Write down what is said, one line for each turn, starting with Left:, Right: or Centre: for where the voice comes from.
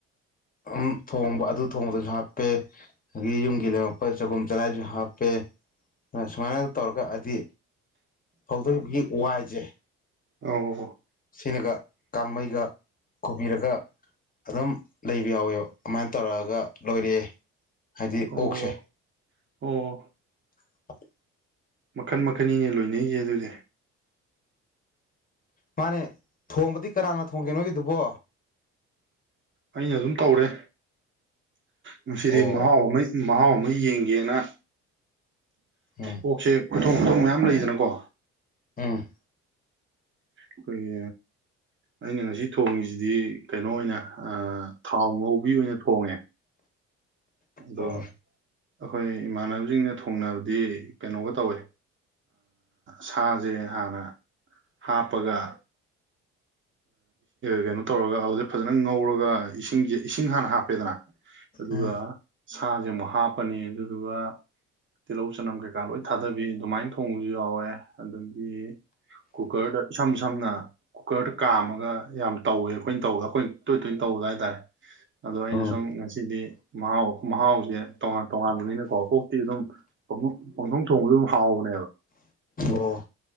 Left: ꯎꯝ ꯊꯣꯡꯕ ꯑꯗꯨ ꯊꯣꯡꯕꯗꯁꯨ ꯍꯥꯞꯄꯦ ꯑꯗꯒꯤ ꯌꯨꯝꯒꯤ ꯂꯩꯉꯛꯄ ꯆꯒꯨꯝ ꯆꯔꯥꯏꯁꯨ ꯍꯥꯞꯄꯦ ꯁꯨꯃꯥꯏꯅ ꯇꯧꯔꯒ ꯍꯥꯏꯗꯤ ꯍꯧꯗꯣꯛꯏꯈꯤꯕꯒꯤ ꯋꯥꯏꯁꯦ
Right: ꯑꯧ
Left: ꯁꯤꯅꯒ ꯀꯥꯡꯃꯩꯒ ꯈꯨꯣꯕꯤꯔꯒ ꯑꯗꯨꯝ ꯂꯩꯕ ꯌꯥꯎꯋꯦꯕ ꯑꯗꯨꯃꯥꯏꯅ ꯇꯧꯔꯛꯑꯒ ꯂꯣꯏꯔꯛꯑꯦ ꯍꯥꯏꯗꯤ
Right: ꯑꯣ
Left: ꯑꯣꯛꯁꯦ
Right: ꯑꯣ
Left: <inaudible>
Right: ꯃꯈꯟ ꯃꯈꯟꯅꯤꯅꯦ ꯂꯣꯏꯅꯔꯤꯁꯦ ꯑꯗꯨꯗꯤ
Left: ꯃꯥꯅꯦ ꯊꯣꯡꯕꯗꯤ ꯀꯅꯥꯅ ꯊꯣꯡꯒꯦ ꯅꯣꯒꯤꯗꯨꯕꯣ
Right: ꯑꯩꯅ ꯑꯗꯨꯝ ꯇꯧꯔꯦ ꯅꯨꯁꯤꯗꯤ
Left: ꯑꯣ
Right: ꯃꯍꯥꯎ ꯑꯃꯩ ꯃꯍꯥꯎ ꯑꯃ ꯌꯦꯡꯒꯦꯅ
Left: ꯎꯝ
Right: ꯑꯣꯛꯁꯦ ꯈꯨꯊꯣꯡ ꯈꯨꯊꯣꯡ ꯃꯌꯥꯝ ꯂꯩꯗꯅꯀꯣ
Left: ꯎꯝ
Right: ꯑꯩꯈꯣꯏꯒꯤ ꯑꯩꯅ ꯉꯁꯤ ꯊꯣꯡꯉꯤꯁꯤꯗꯤ ꯀꯩꯅꯣ ꯑꯣꯏꯅ ꯑ ꯊꯥꯎ ꯉꯧꯕꯤ ꯑꯣꯏꯅ ꯊꯣꯡꯉꯦ ꯑꯗꯣ
Left: ꯑꯣ
Right: ꯑꯩꯈꯣꯏ ꯏꯃꯥꯟꯅꯕꯁꯤꯡꯅ ꯊꯣꯡꯅꯕꯗꯤ ꯀꯩꯅꯣꯒ ꯇꯧꯋꯦ ꯁꯥꯁꯦ ꯍꯥꯟꯅ ꯍꯥꯞꯄꯒ ꯀꯩꯅꯣ ꯇꯧꯔꯒ ꯑꯗꯨꯗꯩ ꯐꯖꯅ ꯉꯧꯔꯒ ꯏꯁꯤꯡꯁꯦ ꯏꯁꯤꯡ ꯍꯥꯟꯅ ꯍꯥꯞꯄꯦꯗꯅ ꯑꯗꯨꯒ
Left: ꯎꯝ
Right: ꯁꯥꯁꯦ ꯑꯃꯨꯛ ꯍꯥꯞꯄꯅꯤ ꯑꯗꯨꯗꯨꯒ ꯇꯤꯜꯍꯧ ꯆꯅꯝ ꯀꯩꯀꯥ ꯂꯣꯏ ꯊꯥꯗꯕꯤ ꯑꯗꯨꯃꯥꯏꯅ ꯊꯣꯡꯕꯁꯨ ꯌꯥꯎꯋꯦ ꯑꯗꯒꯤ ꯀꯨꯀꯔꯗ ꯏꯁꯝ ꯁꯝꯅ ꯀꯨꯀꯔꯗ ꯀꯥꯝꯃꯒ ꯌꯥꯝ ꯇꯧꯋꯦ ꯑꯩꯈꯣꯏꯅ ꯇꯧꯕꯗ ꯑꯩꯈꯣꯏꯅ ꯇꯣꯏ ꯇꯣꯏꯅ ꯇꯧꯗ ꯍꯥꯏꯇꯥꯔꯦ ꯑꯗꯣ ꯑꯩꯅ
Left: ꯎꯝ
Right: ꯁꯨꯝ ꯉꯁꯤꯗꯤ ꯃꯍꯥꯎ ꯃꯍꯥꯎꯁꯦ ꯇꯣꯉꯥꯟ ꯇꯣꯉꯥꯟꯕꯅꯤꯅꯀꯣ ꯀꯣꯛꯇꯤ ꯑꯗꯨꯝ ꯄꯣꯡꯊꯣꯡ ꯊꯣꯡꯕꯗ ꯑꯗꯨꯝ ꯍꯥꯎꯕꯅꯦꯕ
Left: ꯑꯣ